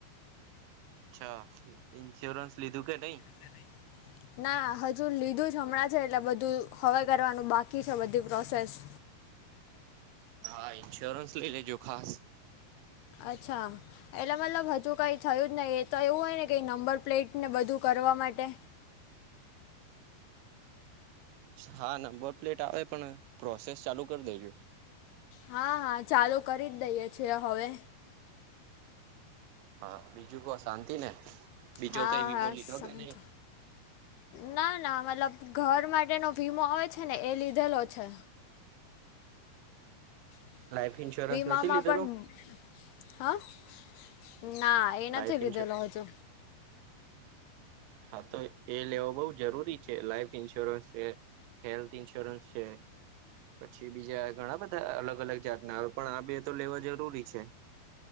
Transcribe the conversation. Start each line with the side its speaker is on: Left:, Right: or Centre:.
Right: અચ્છા ઇન્સ્યોરન્સ લીધું કે નઈ
Left: તે નહી <inaudible> ના હજુ લીધું જ હમણાં છે એટલે બધું હવે કરવાનું બાકી છે બધી પ્રોસેસ
Right: હા ન્શ્યોરન્સ લઇ લેજો ખાસ
Left: અચ્છા. એટલે મતલબ હજુ કઈ થયું જ નહી એ તો એવું હોય ને કેઈ નંબર પ્લેટ ને બધું કરવા માટે.
Right: હા નંબર પ્લેટ આવે પણ પ્રોસેસ ચાલુ કરી દેજો.
Left: હા હા ચાલુ કરી જ દઈએ છેએ હવે.
Right: હા બીજું કો શાંતિ ને બીજો
Left: હા
Right: કઈ વીમો
Left: હા
Right: લીધો
Left: શાંત
Right: કે નહી.
Left: ના ના મતલબ ઘર માટેનો વીમો આવે છે ને એ લીધેલો છે. <inaudible>
Right: લાઈફ ઇન્સ્યોરન્સ
Left: વીમામાં
Right: નથી લીધેલો
Left: પણ. હા <inaudible> ના એ
Right: લાઈફ
Left: નથી લીધેલો
Right: ઇન્સ્યોર
Left: હજુ.
Right: હા તો એ લેવો બહ જરૂરી છે લાઈફ ઈન્સ્યોરન્સ છે હેલ્થ ઈન્સ્યોરન્સ છે. પછી બીજા ઘણા બધા અલગ અલગ જાતના આવે પણ આ બે તો લેવા જરૂરી છે.